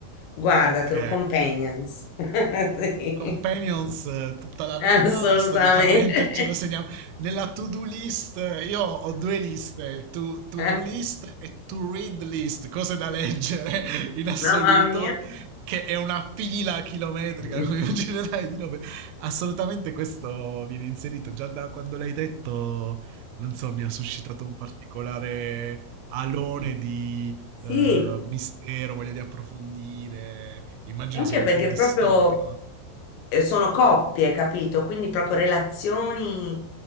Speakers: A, on the left; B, on the right.
A: Guardatelo,
B: ok.
A: Companions. <laughs>
B: Companions
A: Sì,
B: eh, tutta la
A: assolutamente.
B: vita, assolutamente ce lo segniamo. Nella to-do list, eh, io ho due liste, to- to-do
A: <laughs>
B: list e to-read list, cose da leggere <laughs> in assoluto,
A: Mamma mia.
B: che è una pila chilometrica,
A: <laughs>
B: come <laughs> immaginerai, di robe. Assolutamente questo viene inserito, già da quando l'hai detto, non so, mi ha suscitato un particolare alone di
A: Sì,
B: eh, mistero, voglia di approfondire, immagino
A: anche
B: sia un
A: perché
B: po' distopico.
A: proprio eh, sono coppie, capito? Quindi proprio relazioni